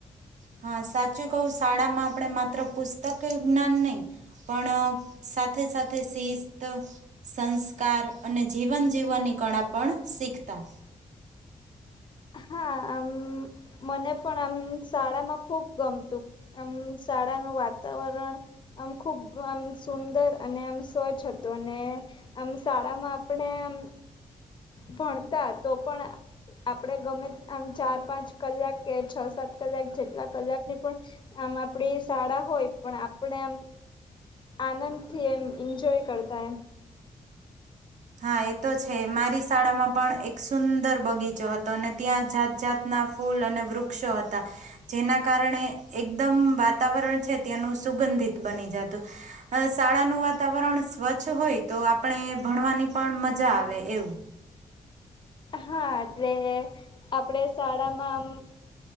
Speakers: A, on the right; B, on the left.
A: હા સાચું કહું શાળામાં આપણે માત્ર પુસ્તક જ્ઞાન નહી પણ સાથે સાથે શિસ્ત સંસ્કાર અને જીવન જીવવાની કળા પણ શીખતા
B: હા આમ મને પણ આમ શાળામાં ખુબ ગમતું આમ શાળાનું વાતાવરણ આમ ખૂબ આમ સુંદર અને આમ સ્વચ્છ હતું અને આમ શાળામાં આપણે આમ ભણતા તો પણ આપડણે ગમે આમ ચાર પાંચ કલાક કે છ સાત કલાક જેટલા કલાકની પણ આમ આપણી શાળા હોય પણ આપણે આમ આનંદથી એમ ઈન્જોય કરતા એમ
A: હા એ તો છે મારી શાળામાં પણ એક સુંદર બગીચો હતો અને ત્યાં જાત જાતના ફૂલ અને વૃક્ષો હતા જેના કારણે એકદમ વાતાવરણ છે ત્યાનું સુગંધિત બની જાતું શાળાનું વાતાવરણ સ્વચ્છ હોય તો આપણે ભણવાની પણ મજા આવે એવું
B: હા એટલે આપડે શાળામાં આમ